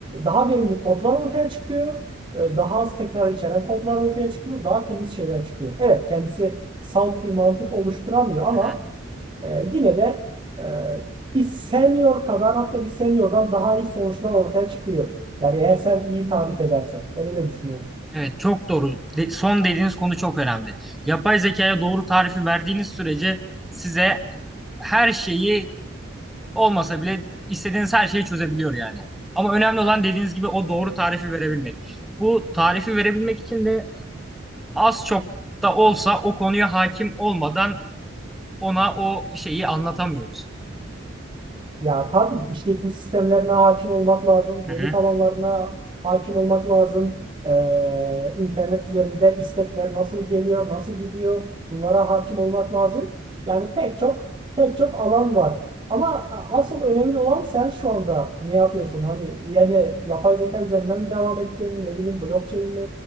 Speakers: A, on the right; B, in the centre.
A: daha verimli kodlar ortaya çıkıyor. E, Daha az tekrar içeren kodlar ortaya çıkıyor. Daha temiz şeyler çıkıyor. Evet kendisi salt bir mantık oluşturamıyor
B: Hı
A: ama
B: hı.
A: e, yine de e, bir senior kadar hatta bir seniordan daha iyi sonuçlar ortaya çıkıyor. Yani eğer sen iyi tarif edersen. Ben öyle düşünüyorum.
B: Evet çok doğru. De- son dediğiniz konu çok önemli. Yapay zekaya doğru tarifi verdiğiniz sürece size her şeyi olmasa bile istediğiniz her şeyi çözebiliyor yani. Ama önemli olan dediğiniz gibi o doğru tarifi verebilmek. Bu tarifi verebilmek için de az çok da olsa o konuya hakim olmadan ona o şeyi anlatamıyoruz.
A: Ya tabii işletim sistemlerine hakim olmak lazım,
B: Hı
A: veri
B: hı.
A: tabanlarına hakim olmak lazım, Ee, internet üzerinde istekler nasıl geliyor, nasıl gidiyor, bunlara hakim olmak lazım. Yani pek çok pek çok alan var. Ama asıl önemli olan sen şu anda ne yapıyorsun? Hani yani yapay zeka üzerinden mi devam ettin, ne bileyim blockchain mi?